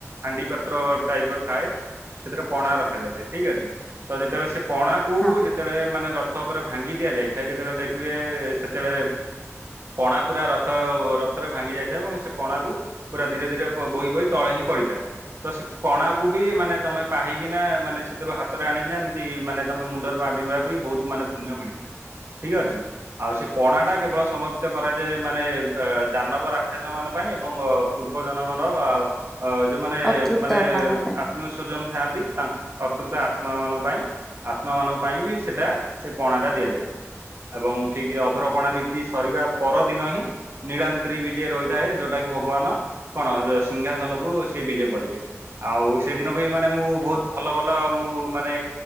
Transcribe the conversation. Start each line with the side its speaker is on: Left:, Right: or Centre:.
Right: ହାଣ୍ଡି ପାତ୍ର ଟାଇପର ଥାଏ ସେଥିରେ ପଣା ରଖାଯାଇଥାଏ ଠିକ ଅଛି। ତ ଯେତେବେଳେ ସେ ପଣାକୁ
Centre: ହଁ
Right: ଯେତେବେଳେ ମାନେ ରଥ ଉପରେ ଭାଙ୍ଗି ଦିଆଯାଇଥାଏ ଯେତେବେଳେ ଦେଖିବେ ସେତେବେଳେ ପଣା ପୁରା ରଥ ରଥରେ ଭାଙ୍ଗି ଯାଇଥାଏ ଏବଂ ସେ ପଣାକୁ ପୁରା ଧୀରେ ଧୀରେ ବହି ବହି ତଳେ ହିଁ ପଡିଥାଏ। ତ ସେ ପଣାକୁ ବି ମାନେ ତମେ ପାହିକିନା ମାନେ ସେଥିରୁ ହାତରେ ଆଣିକିନା ଏମିତି ମାନେ ତମେ ମୁଣ୍ଡରେ ମାରିବା ବି ବହୁତ ମାନେ ପୁଣ୍ୟ ମିଳିଥାଏ ଠିକ ଅଛି ଆଉ ସେ ପଣା ଟା କେବଳ ସମର୍ପିତ କରାଯାଏ ମାନେ ଏ ଦାନବ ରାକ୍ଷସ ମାନ ପାଇଁ ଏବଂ ପୂର୍ବ ଜନଗଣ ଅ ଅ ଯୋଉମାନେ
Centre: ଅତୃପ୍ତ
Right: ମାନେ
Centre: ଆତ୍ମା ପାଇଁ
Right: ଆତ୍ମଶି ସଜନ ଥାନ୍ତି ତାଙ୍କ ଅତ୍ରୁତା ଆତ୍ମା ମାନଙ୍କ ପାଇଁ ଆତ୍ମା ମାନଙ୍କ ପାଇଁ ବି ସେଟା ସେ ପଣାଟା ଦିଆଯାଇଥାଏ ଏବଂ ଠିକ ଅଧର ପଣା ନୀତି ସରିବା ପରଦିନ ହିଁ ନୀଳାନ୍ତି ବିଜେ ରହିଥାଏ ଯୋଉଟା କି ଭଗବାନ କଣ ସିଂହାସନକୁ ସେ ବିଜେ କରିବେ। ଆଉ ସେଇଦିନ ବି ମାନେ ମୁଁ ବହୁତ ଭଲ ଭଲ ମୁଁ ମାନେ